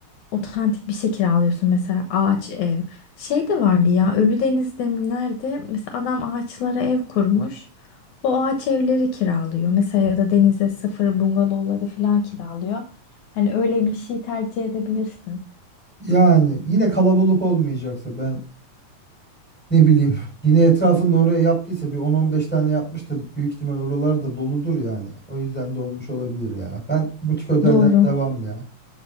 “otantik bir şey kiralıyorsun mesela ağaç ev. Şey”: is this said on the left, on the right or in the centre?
Left